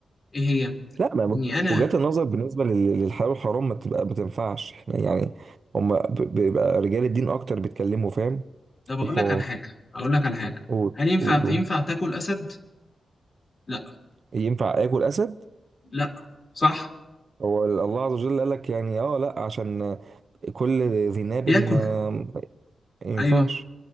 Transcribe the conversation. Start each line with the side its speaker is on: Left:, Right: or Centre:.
Left: ايه هي
Right: لا ما
Left: اني انا
Right: وجهات النظر بالنسبه لل- للحلال والحرام ما تبقى ما تنفعش احنا يعني هم بيبقى رجال الدين اكتر بيتكلموا فاهم
Left: طب
Right: في
Left: اقول
Right: الحوار
Left: لك على حاجه اقول لك على حاجه
Right: قول
Left: هل ينفع
Right: قول قول
Left: ينفع تاكل اسد لا
Right: ينفع اكل اسد
Left: لا صح
Right: هو الله عز وجل قال لك يعني اه لا عشان كل ذي ناب
Left: بياكل
Right: آه، ما ينفعش
Left: ايوه